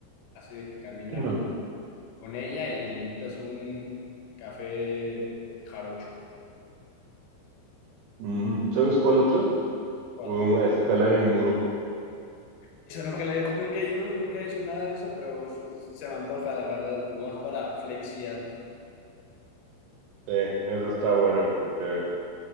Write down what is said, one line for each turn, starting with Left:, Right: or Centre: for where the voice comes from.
Left: así de que caminar
Right: claro.
Left: con ella y le invitas un café jarocho.
Right: Ujú. ¿Sabes cuál otra?
Left: ¿Cuál?
Right: Uh, escalar en muro.
Left: Eso nunca, la he, nunca he ido, nunca he hecho nada de eso, pero s- se me antoja, la verdad, nomás para flexiar.
Right: Sí, esa está buena porque